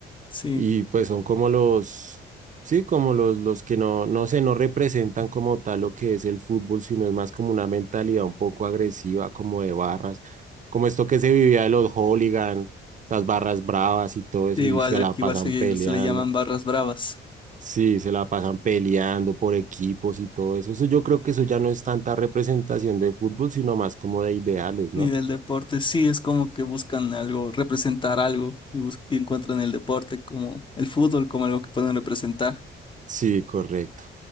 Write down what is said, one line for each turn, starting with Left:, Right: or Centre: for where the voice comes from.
Left: Sí,
Right: y pues son como los, sí, como los, los que no, no sé, no representan como tal lo que es el fútbol, sino es más como una mentalidad un poco agresiva, como de barras, como esto que se vivía de los hooligan, esas barras bravas y todo eso,
Left: sí,
Right: y
Left: igual
Right: se la
Left: aquí
Right: pasan
Left: igual se,
Right: peleando.
Left: se le llaman barras bravas.
Right: Sí, se la pasan peleando por equipos y todo eso. Eso yo creo que eso ya no es tanta representación de fútbol, sino más como de ideales, ¿no?
Left: Ni del deporte, sí, es como que buscan algo, representar algo y, bus- y encuentran el deporte como el fútbol como algo que pueden representar.
Right: Sí, correcto.